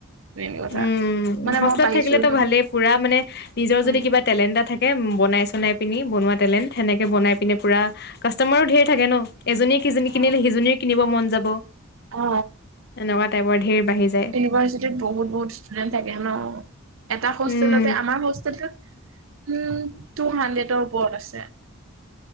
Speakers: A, on the right; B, on the left.
A: মেইন কথা।
B: উম
A: মানে
B: হোষ্টেলত
A: মই পাইছো
B: থাকিলেতো
A: ন
B: ভালেই পুৰা মানে নিজৰ
A: উম
B: যদি কিবা টেলেণ্ট এটা থাকে বনাই চনাই পিনি বনোৱা টেলেণ্ট সেনেকৈ বনাই পিনে পূৰা কাষ্টমাৰো ঢেৰ থাকে ন এজনীয়ে
A: অ
B: কিনিলে সিজনীয়েও কিনিব মন যাব
A: অ
B: এনেকুৱা টাইপৰ ধেৰ বাঢ়ি যায়
A: কিবা যদি বহুত বহুত ষ্টুডেণ্টচ থাকে ন এটা হোষ্টেলতে
B: উম
A: আমাৰ উম টু হাণ্ড্ৰেডৰ ওপৰত আছে